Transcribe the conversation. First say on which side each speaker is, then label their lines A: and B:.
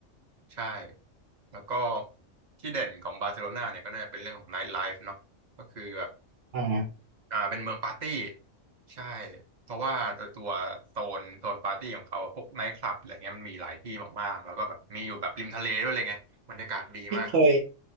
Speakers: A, on the right; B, on the right.
A: ใช่แล้วก็ที่เด่นของบาร์เซโลนาเนี่ยก็น่าจะเป็นเรื่องของไนท์ไลฟ์เนาะก็คือแบบ
B: อ่า
A: อ่าเป็นเมืองปาร์ตี้ใช่เพราะว่าตัวตัวโซนโซนปาร์ตี้ของเขาพวกไนท์คลับอะไรเงี้ยมันมีหลายที่มากๆแล้วก็แบบมีอยู่แบบริมทะเลด้วยเลยไงบรรยากาศดีมาก
B: พี่เคย